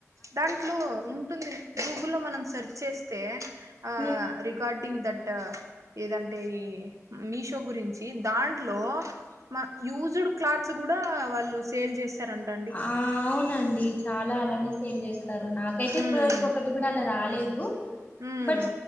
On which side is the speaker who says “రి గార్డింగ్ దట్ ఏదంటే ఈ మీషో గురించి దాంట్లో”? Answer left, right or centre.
Right